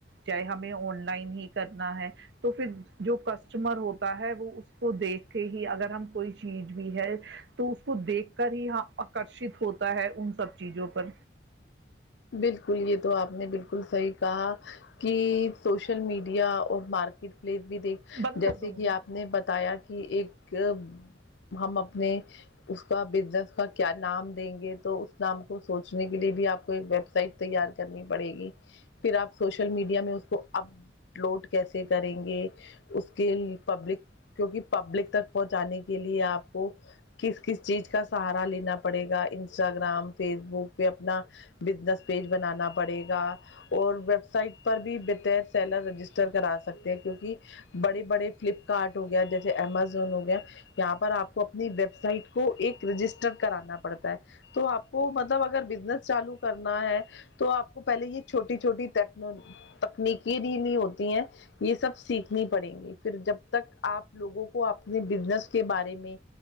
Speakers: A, on the right; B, on the left.
A: چاہے ہمیں آن لائن ہی کرنا ہے تو پھر جو کسٹمر ہوتا ہے وہ اس کو دیکھ کے ہی اگر ہم کوئی چیز بھی ہے تو اس کو دیکھ کر ہی ہاں آکرشت ہوتا ہے ان سب چیزوں پر
B: بلکل یہ تو آپ نے بلکل صحیح کہا کی شوشل میڈیا اور مارکیٹ پلیز بھی دیکھ
A: بند
B: جیسے
A: کر دو ممی
B: کہ آپ نے بتایا کہ ایک ہم اپنے اپنے اس کا بزنس کا کیا نام دیں گے تو اس نام کو سوچنے کے لیے بھی آپ کو ویب سائٹ تیار کرنی پڑے گی پھر آپ شوشل میڈیا میں اس کو اب لوٹ کیسے کریں گے اس کے پبلک کیونکہ پبلک تک پہنچانے کے لیے آپ کو کس کس چیز کا سہارا لینا پڑے گا انسٹاگرام فیس بک پہ اپنا بزنس پیج بنانا پڑے گا اور ویب سائٹ پر بھی بتیر سیلا رجسٹر کرا سکتے ہیں کیونکہ بڑے بڑے فلپکارٹ ہو گیا جیسے امازون ہو گیا یہاں پر آپ کو اپنی ویب سائٹ کو ایک رجسٹر کرانا پڑتا ہے تو آپ کو مطلب اگر بزنس چالو کرنا ہے تو آپ کو پہلے یہ چھوٹی چھوٹی ٹکنالوجی تکنیکی دینی ہوتی ہیں یہ سب سیکھنی پڑینگی پھر جب تک آپ لوگوں کو اپنے بزنس کے بارے میں